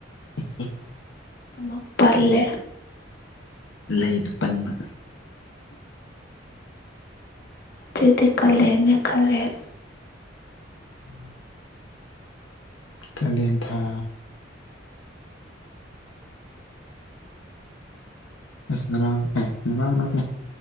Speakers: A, on the left; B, on the left.
A: ꯎ ꯎꯝ
B: ꯑꯃꯛ ꯄꯂꯦ
A: ꯂꯩꯗ ꯄꯟꯕ
B: ꯑꯛꯇꯗꯤ ꯀꯥꯂꯦꯟ ꯌꯥ ꯀꯥꯂꯦꯟ
A: ꯎꯝ ꯀꯂꯦꯟ ꯊ ꯑꯁ ꯉꯔꯥꯡ ꯑꯦ ꯉꯔꯥꯡ ꯅꯠꯇꯦ